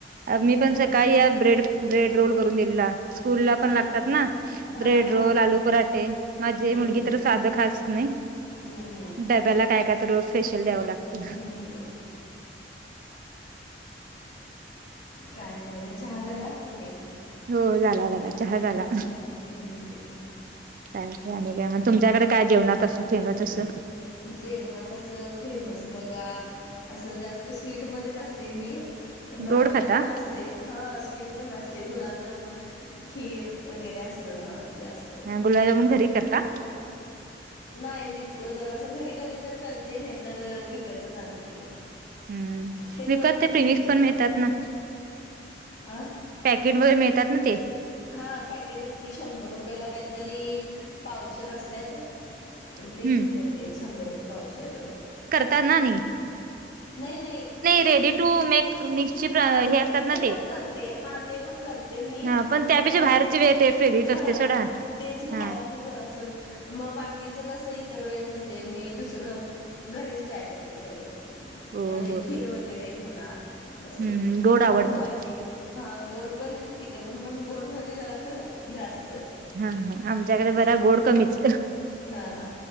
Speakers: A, on the right (about 50°); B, on the left (about 75°).
A: मी
B: त्या
A: पण काय या ब्रेड ब्रेड रोल करून दिलेला. स्कूल ला पण
B: हा
A: लागतात
B: हा
A: ना
B: हा
A: ब्रेड रोल
B: हा
A: आलू पराठे माझी
B: हम्म, हम्म.
A: मुलगी साध खातच नाही
B: हम्म, हम्म.
A: डब्याला काय काय तर रोज स्पेशल द्यावं लागत.
B: हम्म, हम्म. काय नाही बघा. चहा झाला की नाही?
A: हो झाला झाला चहा झाला.
B: हम्म, हम्म.
A: काय मग तुमच्याकडे काय जेवणात असं फेमस असं?
B: जेवण असं फेमस बघा असं जास्त स्वीट मध्येच असते मी नॉन
A: गोड
B: व्हेज
A: खाता
B: पण असते हा स्वीट पण असते गुलाबजामन खीर वगैरे अस हा जास्त.
A: मुलाजमून घरी करता?
B: नाही मी जरास असं घरी कधी तर करते नाही तर विकतच आणते.
A: हम्म
B: ते तेवढं विकत
A: प्रिमिक्स
B: आण ते
A: पण मिळतात ना
B: अ
A: पॅकेट मध्ये मिळतात ना ते.
B: हा पॅकेटच कि शंभर रुपयेला काहीतरी पावशेर असत्यात.
A: हम्म
B: ते घेऊन येते शंभर रुपये पावशेर.
A: तरना नाही.
B: नाही नाही ते
A: रेडी टू मेक मिक्सची
B: हा
A: हे असतात ना
B: ते पण करते हा ते पण कर मी
A: हा त्यापेक्षा
B: पण
A: बाहेरची वेळ टेस्ट वेगळीच
B: हा
A: असते सोडा
B: तेच बाहेर
A: हा
B: जरा अस मग बाकीच कस इतर वेळ म्हणजे मी दुसरं घरीच ट्राय करते सगळं
A: हो
B: म्हणजे
A: हो
B: खीर वगैरे म्हणा असं
A: हम्म गोड आवडतं
B: गव्हाची हा गोड पण तिकड पण पण गोड मध्ये जरा असं जास्त
A: हा हा आमच्याकडे
B: असं
A: बरा गोड कमीच
B: हा हा